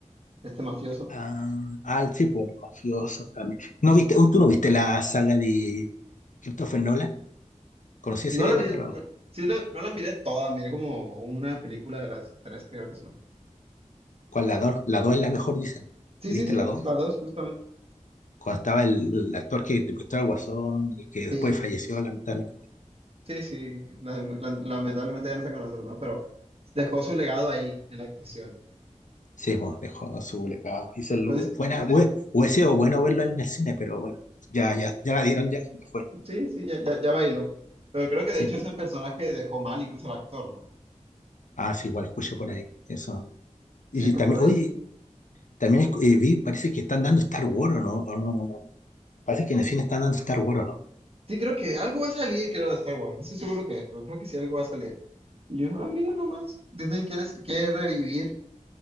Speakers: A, on the right; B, on the left.
A: este mafioso.
B: Ah, ah, sí, por el mafioso también. ¿No viste? ¿Tú no viste la saga de Christopher Nolan? ¿Conocí ese
A: No
B: director?
A: la miré,
B: o
A: no,
B: no?
A: sí la- no la miré toda, miré como una película de las tres que creo que son.
B: ¿Cuál la dos? La dos es la mejor, dicen.
A: Sí,
B: ¿Viste
A: sí, sí,
B: la dos?
A: las dos justamente.
B: Cuando estaba el, el actor que interpretó al Guasón y que después
A: Sí,
B: falleció, lamentablemente.
A: sí, sí. la- la- lamentablemente ya no sacan otros, ¿no? Pero dejó su legado ahí en la actuación.
B: Sí, pues dejó su legado. Hizo el-
A: Pues
B: buena, hue- hubiese sido bueno verlo en el cine, pero bueno, ya, ya, ya la dieron, ya, ya fue.
A: Sí, sí, ya, ya, ya bailó. Pero creo que
B: Sí.
A: de hecho ese personaje dejó mal incluso al actor, ¿no?
B: Ah, sí, igual escuché por ahí. Eso. Y
A: Dicen que
B: también,
A: por ahí.
B: oye, también escu- eh, vi, parece que están dando Star Wars, ¿o no? ¿O no? Parece que en el cine están dando Star Wars, ¿o no?
A: Sí, creo que algo va a salir, creo, de Star Wars. No estoy seguro que, pero creo que sí algo va a salir. Y yo, ah, mira nomás. Disney quiere, quiere revivir